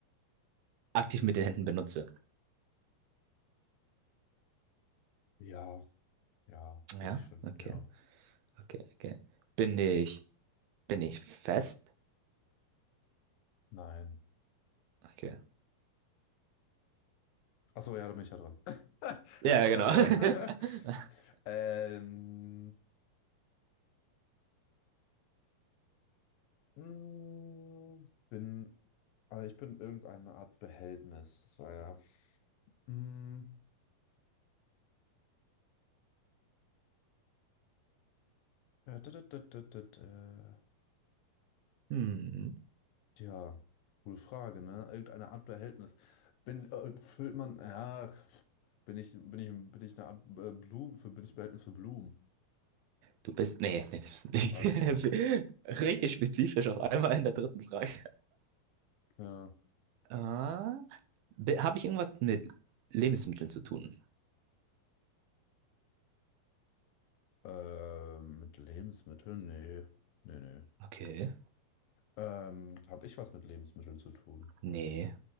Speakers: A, on the right; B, on the left.
A: aktiv mit den Händen benutze?
B: Ja, ja,
A: Ja,
B: würde ich schon,
A: okay,
B: ja.
A: okay, okay. Bin ich, bin ich fest?
B: Nein.
A: Okay.
B: Achso, ja, da bin ich ja dran. <laughs>
A: Ja, genau.
B: äh, <laughs>
A: <laughs>
B: Ähm, mh, bin, also ich bin irgendeine Art Behältnis. Das war ja. Mh, ja da, da, da, da, da, da.
A: Hm.
B: Tja, gute Frage, ne? Irgendeine Art Behältnis. Bin, äh, füllt man, ja, bin ich, bin ich, bin ich eine Art äh, Blumen, für, bin ich Behältnis für Blumen?
A: Du bist, nee, nee, das bist du nicht.
B: Okay.
A: <laughs> Richtig spezifisch auf einmal in der dritten Frage.
B: Ja.
A: Ah, be- habe ich irgendwas mit Lebensmitteln zu tun?
B: Äh, mit Lebensmitteln? Nee. Nee, nee.
A: Okay.
B: Ähm, habe ich was mit Lebensmitteln zu tun?
A: Nee.